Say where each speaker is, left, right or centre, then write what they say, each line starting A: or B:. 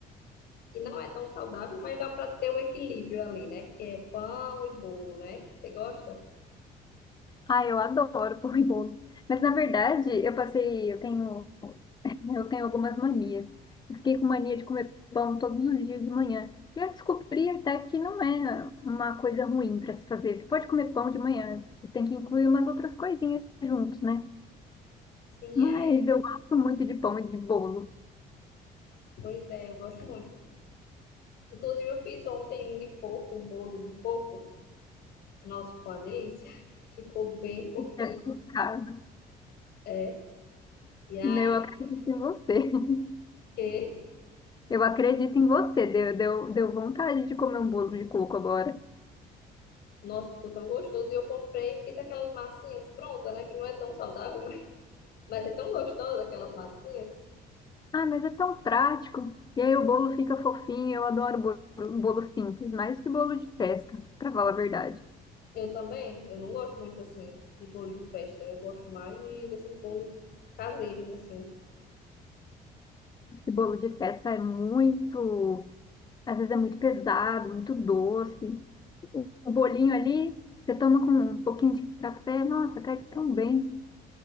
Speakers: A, on the left; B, on the left.
A: que não é tão saudável, mas dá para ter um equilíbrio ali, né? Que é pão e bolo, né? Você gosta?
B: Ah, eu adoro pão e bolo. Mas na verdade, eu passei, eu tenho, <laughs> eu tenho algumas manias. Eu fiquei com mania de comer pão todos os dias de manhã. E eu descobri até que não é uma coisa ruim para se fazer. Você pode comer pão de manhã, você tem que incluir umas outras coisinhas juntos, né?
A: Sim,
B: Mas
A: é.
B: eu gosto muito de pão e de bolo.
A: Pois é, eu gosto muito. Inclusive, eu fiz ontem um de coco, um bolo de coco. Nossa, ficou uma delícia. <laughs> Ficou bem fofinho.
B: É por causa.
A: É. E aí
B: né? Eu acredito em você. <laughs>
A: que,
B: Eu acredito em você. Deu, deu, deu vontade de comer um bolo de coco agora.
A: nossa, ficou tão gostoso. E eu comprei, fiz aquelas massinhas prontas, né? Que não é tão saudável, <laughs> mas, mas é tão gostosa aquelas massinhas.
B: Ah, mas é tão prático. E aí o bolo fica fofinho. Eu adoro bolo, bolo simples, mais que bolo de festa, para falar a verdade.
A: Eu também, eu não gosto muito assim de bolo de festa. Eu gosto mais de, desses bolos caseiros, assim.
B: Esse bolo de festa é muito, às vezes é muito pesado, muito doce. O, o bolinho ali, você toma com um pouquinho de café, nossa, cai tão bem.